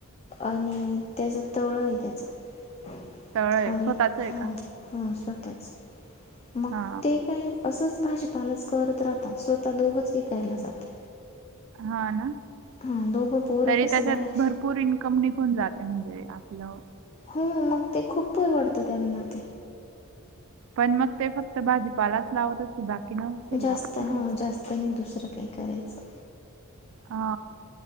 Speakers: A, on the left; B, on the right.
A: आणि त्याचा तळ आहे त्याचा
B: तळ आहे
A: आणि
B: स्वतःच आहे
A: हा
B: का
A: ह स्वतःच मग
B: हा
A: ते काय असंच भाजीपालाच करत राहता स्वतः दोघंच विकायला जातं
B: हा ना
A: हां दोघं पोरं
B: तरी
A: कसं
B: त्याच्यात
A: बाहेर
B: भरपू पूर इन्कम निघून जाते म्हणजे आपलं
A: हो मग ते खूप परवडतं त्यांना ते
B: पण मग ते फक्त भाजीपालाच लावत असतील बाकी ना
A: जास्त
B: लावत काही
A: हो जास्त नाही दुसरं काही करायचं
B: हा